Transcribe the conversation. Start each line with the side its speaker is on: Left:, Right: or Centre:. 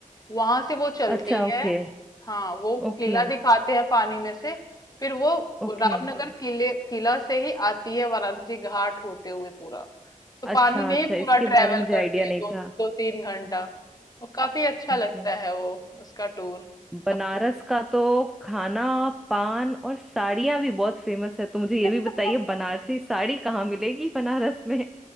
Left: वहां से वो चलती
Centre: अच्छा Okay
Left: है हाँ वो
Centre: okay
Left: किला दिखाते हैं पानी में से फिर वो
Centre: okay
Left: रामनगर किले किला से ही आती है वाराणसी घाट होते हुए पूरा तो
Centre: अच्छा
Left: पानी में
Centre: अच्छा
Left: ही
Centre: इसके
Left: पूरा
Centre: बारे
Left: ट्रेवल
Centre: में मुझे
Left: करती
Centre: आइडिया नहीं
Left: है दो
Centre: था
Left: दो तीन घंटा वो काफी अच्छा
Centre: ओके
Left: लगता है वो उसका टूर
Centre: बनारस
Left: आपको
Centre: का तो खाना पान और साड़ियां भी बहुत फेमस है तो मुझे ये
Left: <laughs>
Centre: भी बताइए बनारसी साड़ी कहाँ मिलेगी बनारस में